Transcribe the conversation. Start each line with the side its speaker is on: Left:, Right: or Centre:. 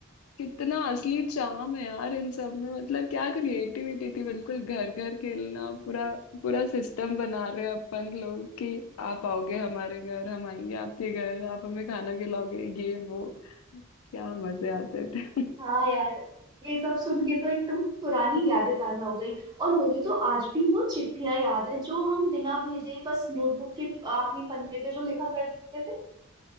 Left: कितना असली चाम है यार इन सब में मतलब क्या क्रिएटिविटी थी बिल्कुल घर घर खेलना पूरा पूरा सिस्टम बना रहे हैं अपन लोग कि आप आओगे हमारे घर हम आएंगे आपके घर आप हमें खाना खिलाओगे ये वो क्या मजे आते थे
Right: हाँ यार ये सब सुन के तो एकदम पुरानी यादें ताजा हो गई और मुझे तो आज भी वो चिट्ठियां याद हैं जो हम बिना भेजे ही बस नोटबुक के आखिरी पन्ने पे जो लिखा करते थे